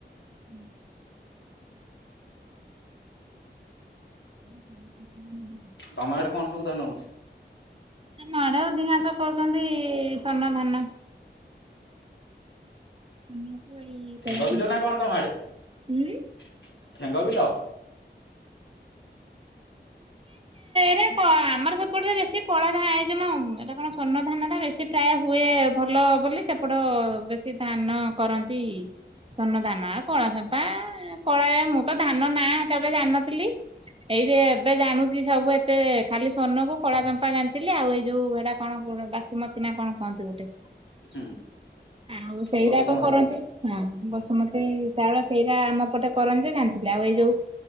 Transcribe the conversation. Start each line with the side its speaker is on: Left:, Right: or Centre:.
Right: ହୁଁ। <unintelligible>
Left: ତମ ଆଡେ କଣ ସବୁ ଧାନ ହଉଛି?
Right: ନା ଆମ ଆଡେ ଅଧିକାଂଶ କରୁଛନ୍ତି ସ୍ଵଣ୍ଣ ଧାନ। ଧାନକୁ ଏଇ କଳା
Left: ଠେଙ୍ଗ ବିଲ
Right: ଚମ୍ପା
Left: ନା କଣ ତମ ଆଡେ ଠେଙ୍ଗ
Right: ଉଁ
Left: ବିଲ?
Right: ରେ ଆମର ସେପଟରେ ବେଶୀ କଳା ଧା ଯେ ମୁଁ ଏଟା କଣ ସ୍ଵର୍ଣ୍ଣ ଧାନଟା ବେଶୀ ପ୍ରାୟ ହୁଏ ଭଲ ବୋଲି ସେପଟ ବେଶୀ ସେ ଧାନ କରନ୍ତି। ସ୍ଵର୍ଣ୍ଣ ଧାନ ଆଉ କଳା ଚପା କଳା ମୁଁ ତ ଧାନ ନା ହେରିକା ଜାଣିନଥିଲି। ଏଇ ଯେ ଏବେ ଜାଣୁଛି ସବୁ ଏତେ ଖାଲି ସ୍ଵର୍ଣ୍ଣକୁ କଳା ଚମ୍ପା ଜାଣିଥିଲି ଆଉ ଏଇ ଯୋଉ ଏଇଟା କଣ ପୁଣ ସୁମତିନା କଣ କହନ୍ତି ଗୋଟେ
Left: ହୁଁ
Right: ଆଉ ସେଇଯାକ
Left: ବସୁମତୀ
Right: କରନ୍ତି। ହଁ ବସୁମତୀ ଚାଉଳ ସେଇଟା ଆମ ପଟେ କରଚୁ ଜାଣିଥିଲେ ଆଉ ଏଇ ଯୋଉ